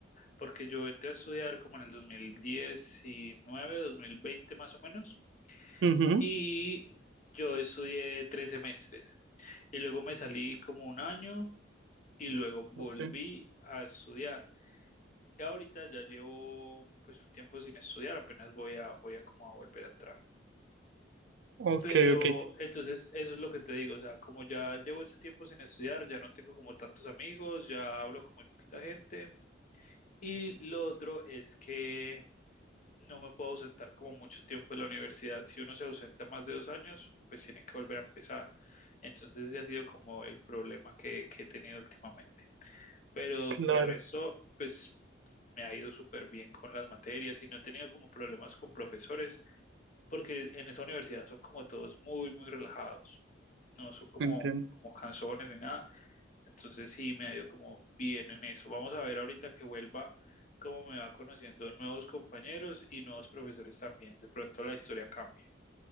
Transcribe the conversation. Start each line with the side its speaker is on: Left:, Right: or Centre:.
Left: porque yo entré a estudiar como en el dos dos mil diecinueve, dos mil veinte más o menos,
Right: ujú,
Left: y yo estudié tres semestres y luego me salí como un año y luego volví
Right: Ok,
Left: a estudiar. Y ahorita ya llevo pues un tiempo sin estudiar, apenas voy a, voy a como a volver a entrar.
Right: ok,
Left: Pero
Right: ok,
Left: entonces eso es lo que te digo, o sea, como ya llevo este tiempo sin estudiar, ya no tengo como tantos amigos, ya hablo con muy poquita gente. Y lo otro es que No me puedo ausentar como mucho tiempo de la universidad. Si uno se ausenta más de dos años, pues tiene que volver a empezar. Entonces ese ha sido como el problema que, que he tenido últimamente. Pero
Right: claro,
Left: de resto, pues me ha ido súper bien con las materias y no he tenido como problemas con profesores, porque en esa universidad son como todos muy, muy relajados. No son como,
Right: entiendo.
Left: como cansones ni nada. Entonces sí, me ha ido como bien en eso. Vamos a ver ahorita que vuelva cómo me va conociendo nuevos compañeros y nuevos profesores también. De pronto la historia cambia.